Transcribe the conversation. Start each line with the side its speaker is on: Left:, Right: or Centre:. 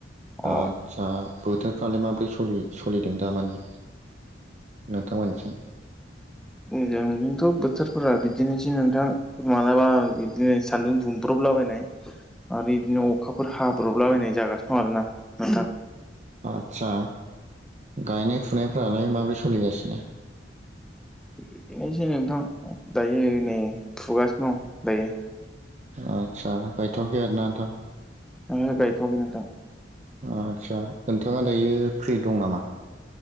Centre: अ
Right: आतसा बोथोरफ्रालाय माब्रै सलि-सलिदों दामानि नोंथां मोन्निथिं?
Centre: जोंनिथिंथ' बो थोरफोरा बिदिनोसै नोंथां मालाबा इदिनो सान्दुं दुंब्रबलाबायनाय आरो इदिनो अखाफोर हाब्रबलाबायनाय जागासिनो दं आरो ना नोंथां।
Right: आतसा गायनाय-फुनायफ्रालाय माबोरै सोलिगासिनो?
Centre: इदिनोसै नोंथां दायो नै फुगासिनो दं दायो।
Right: आतसा गायथ'वाखै आरो ना नोंथां?
Centre: ओंहो गायथ'वाखै नोंथां।
Right: आस्सा नोंथाङा दायो फ्रि दं नामा?